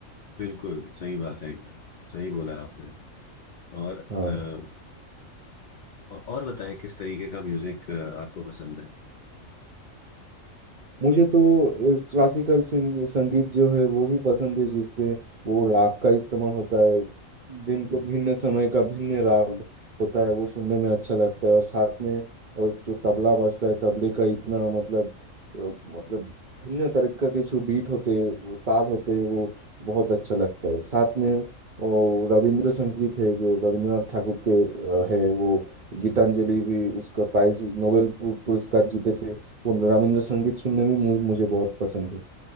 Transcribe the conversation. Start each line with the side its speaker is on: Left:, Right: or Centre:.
Left: बिल्कुल सही बात है एकदम सही बोला आपने और
Right: हाँ
Left: अ, औ- और बताएं किस तरीके का म्यूजिक आपको पसंद है
Right: मुझे तो क्लासिकल संगीत जो है वो भी पसंद है जिसपे वो राग का इस्तेमाल होता है दिन के
Left: हम्म,
Right: भिन्न समय का भिन्न राग होता है वो सुनने में अच्छा लगता है और साथ में और जो तबला बजता है तबले का इतना मतलब अ, मतलब भिन्न तरीके के जो बीट होते हैं वो ताल होते हैं वो बहुत अच्छा लगता है साथ में वो रविंद्र संगीत है जो रविंद्रनाथ ठाकुर के अ, है वो गीतांजलि भी उसका प्राइज नोबेल पुरस्कार जीते थे वो
Left: हम्म।
Right: रविंद्र संगीत सुनने में मु- मुझे बहुत पसंद है